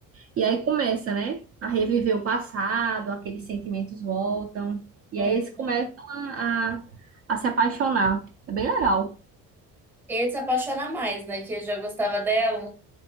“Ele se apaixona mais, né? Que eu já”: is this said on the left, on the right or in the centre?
Centre